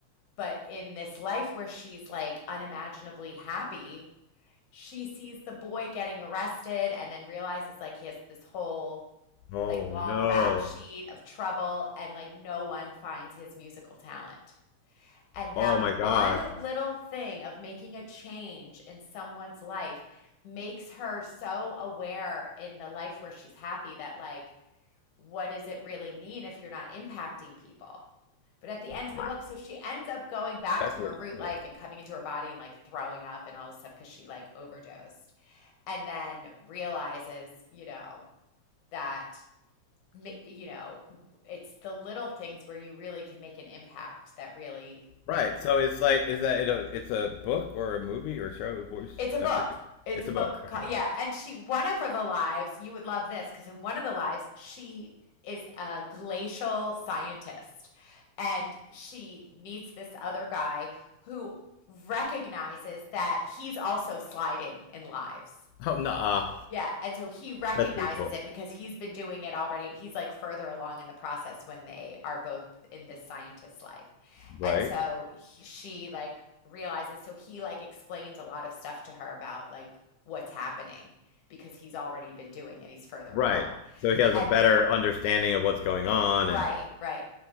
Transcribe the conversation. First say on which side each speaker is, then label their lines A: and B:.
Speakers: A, on the left; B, on the left.
A: But in this life where she's like unimaginably happy, she sees the boy getting arrested and then realizes like he has this whole
B: Oh
A: like long
B: no.
A: rap sheet of trouble and like no one finds his musical talent. And
B: Oh
A: that
B: my
A: one
B: gosh.
A: little thing of making a change in someone's life makes her so aware in the life where she's happy that like what does it really mean if you're not impacting people? But at the end of
B: Wow.
A: the book, so she ends up going back
B: That's
A: to
B: really
A: her root
B: cool.
A: life and coming into her body and like throwing up and all this stuff because she like overdosed and then realizes, you know, that, you know, it's the little things where you really can make an impact that really make
B: Right.
A: a life.
B: So it's like, is that it a, it's a book or a movie or show? What was-
A: It's a book.
B: I forget.
A: It's
B: It's
A: a
B: a
A: book.
B: book. Okay.
A: Called, yeah. And she, one of her, the lives, you would love this because in one of the lives, she is a glacial scientist and she meets this other guy who recognizes that he's also sliding in lives.
B: Oh, no.
A: Yeah, and so he recognizes
B: That's pretty cool.
A: it because he's been doing it already. He's like further along in the process when they are both in this scientist's life.
B: Right.
A: And so he, she like realizes, so he like explains a lot of stuff to her about like what's happening because he's already been doing it. He's further
B: Right.
A: along.
B: So he has
A: and.
B: a better understanding of what's going on
A: Right,
B: and
A: right.